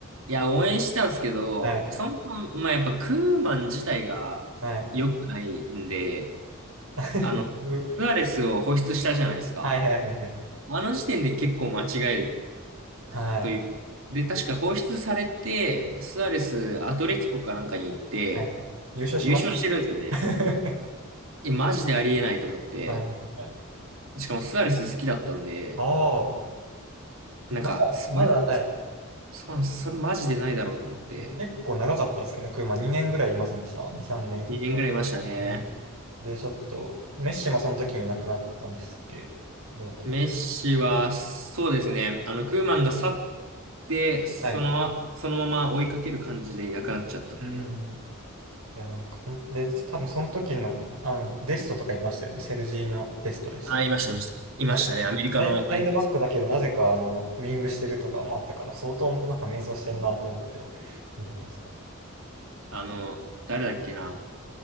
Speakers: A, on the right; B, on the right.
A: いや、応援してたんですけど、
B: はい。
A: そもそも、まあ、やっぱクーマン自体が良くないんで、
B: はい。<laughs>
A: あの、スアレスを放出したじゃないですか。
B: はいはいはいはい。
A: あの時点で結構間違い
B: はい。
A: という。で、確か放出されて、スアレス、アトレティコかなんかに行って、
B: はいはい。優勝しました。
A: 優勝してるんですよね。
B: <laughs>
A: いや、マジでありえないと思って。
B: はいはいはい。
A: しかもスアレス好きだったんで、
B: ああ、
A: なんか、
B: まだ、
A: それ
B: まだ、はい。
A: そうなんです。それマジでないだろうと思って、
B: 結構長かったですよね。クーマ2年ぐらいいませんでした ?2、3年。
A: 2年ぐらいいましたね。
B: うんで、ちょっと、メッシもその時に亡くなったんですっけどうだったっけ
A: メッシは、そうですね。あの、クーマンが去って、その、
B: はい。
A: そのまま追いかける感じでいなくなっちゃったんで。
B: うんうんうん。いや、なんかほん、で、多分その時の、あの、デストとかいましたよね。セルジーニョ・デストでしたっけ
A: あ、いました、いました。いましたね。
B: なんかサイサイドバックだけど、
A: アメリカの相手です。
B: なぜか、あの、ウイングしてるとかもあったから、相当なんか迷走してんなと思って見てました。
A: あの、誰だっけな。